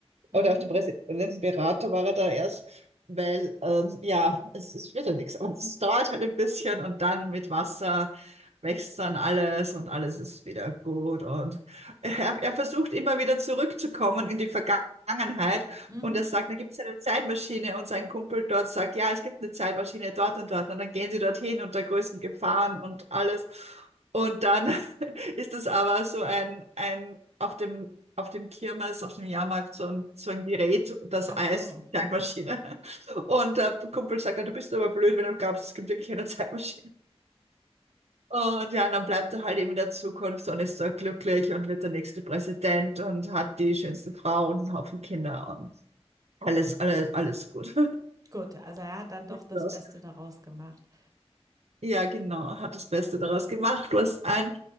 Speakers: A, on the right (about 35°); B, on the right (about 75°).
A: Mhm,
B: Oder auf den Präsidentenberater war er da erst, weil ähm, ja, es, es wird ja nichts. Aber es dauert halt ein bisschen und dann mit Wasser wächst dann alles und alles ist wieder gut. Und er, er versucht immer wieder zurückzukommen in die Vergangenheit.
A: mhm.
B: Und er sagt, da gibt es eine Zeitmaschine und sein Kumpel dort sagt, ja, es gibt eine Zeitmaschine dort und dort. Und dann gehen sie dorthin unter größten Gefahren und alles. Und dann <laughs> ist es aber so ein, ein auf dem, auf dem Kirmes, auf dem Jahrmarkt so ein, so ein Gerät, das
A: Ach
B: heißt
A: so.
B: Zeitmaschine. <laughs> Und der Kumpel sagt, dann, du bist aber blöd, wenn du glaubst, es gibt wirklich eine Zeitmaschine. Und ja, dann bleibt er halt eben in der Zukunft und ist da glücklich und wird der nächste Präsident und hat die schönste Frau und einen Haufen Kinder und alles, alles, alles gut.
A: Gut, also er hat dann doch
B: <laughs>
A: das Beste daraus gemacht.
B: Ja, genau, hat das Beste daraus gemacht, was ein,